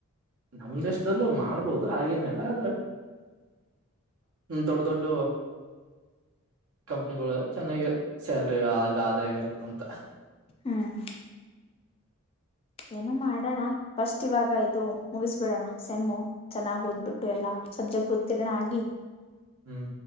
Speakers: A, on the right; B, on the left.
A: ನಮ್ ದೇಶದಲ್ಲೂ ಮಾಡ್ಬೋದು ಹಾಗೇನಿಲ್ಲ ಆದ್ರೆ ದೊಡ್ಡ ದೊಡ್ಡ ಕಂಪನಿಗಳು ಚೆನ್ನಾಗ ಸ್ಯಾಲ್ರಿ ಆದ ಇರುತ್ತಂತ
B: ಹ್ಮ್ ಏನು ಮಾಡೋಣ ಫಸ್ಟ್ ಇವಾಗ ಇದು ಮುಗಿಸ್ಬಿಡೋಣ ಸೆಮ್ಮು ಚೆನ್ನಾಗ್ ಓದ್ಬಿಟ್ಟು ಎಲ್ಲಾ ಸಬ್ಜೆಕ್ಟ್ ಉತ್ತೀರ್ಣ ಆಗಿ
A: ಹ್ಮ್